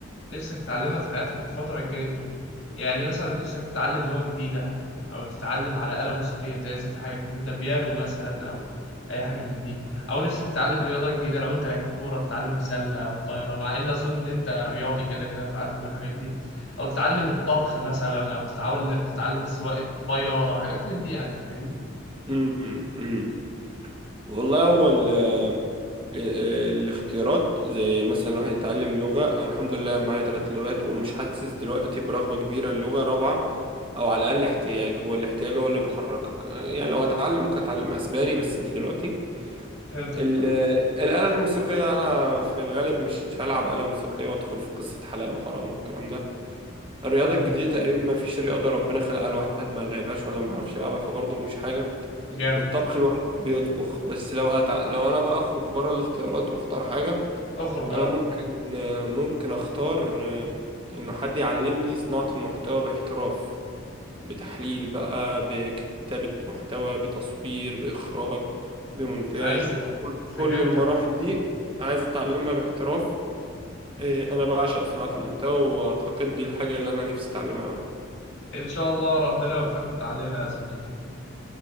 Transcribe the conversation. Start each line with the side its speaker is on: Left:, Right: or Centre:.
Left: نفسك تتعلمها في حياتك الفترة الجاية دي يعني مثلا نفسك تتعلم لغة جديدة أو تتعلم على آلة موسيقية تعزف حاجة جديدة بيانو مثلا أو أي حاجة من دي أو نفسك تتعلم رياضة جديدة لو أنت لعيب كورة تتعلم سلة أو طايرة مع إن أظن إن أنت رياضي كده كده فعارف كل الحاجات دي أو تتعلم الطبخ مثلا أو تتعاون تتعلم سواقة طيارة حاجات من دي يعني فاهمني
Right: مم. مم. والله هو ال آه، آه، الاختيارات زي مثلا الواحد يتعلم لغة أنا الحمد لله معايا ثلاث لغات ومش حاسس دلوقتي برغبة كبيرة للغة رابعة أو على الأقل احتياج هو الاحتياج هو اللي بيحركك آه، يعني لو هتعلم ممكن أتعلم أسباني بس مش دلوقتي
Left: فهمتك
Right: ال-
Left: أه
Right: الآلة الموسيقية أنا في الغالب مش هلعب آلة موسيقية وأدخل في قصة حلال وحرام والكلام ده الرياضة
Left: فاهمك
Right: الجديدة تقريبا ما فيش رياضة ربنا خلقها الواحد ما لعبهاش ولا ما بيعرفش يلعبها فبرضه مش حاجة
Left: جامد
Right: والطبخ الواحد بيطبخ بس لو هتع... لو انا بقى اخرج بره الاختيارات واختار حاجة
Left: اخرج أه
Right: انا ممكن آه، ممكن اختار آه، انه حد يعلمني صناعة المحتوى باحتراف بتحليل بقى بكتابة محتوى بتصوير بإخراج بمونتاج
Left: أيوه فهمتك
Right: كل المراحل
Left: أه
Right: دي عايز اتعلمها باحتراف آه، انا بعشق صناعة المحتوى واعتقد دي الحاجة اللي انا نفسي اتعلمها أوي.
Left: إن شاء الله ربنا يوفقك وتعلمها يا صديقي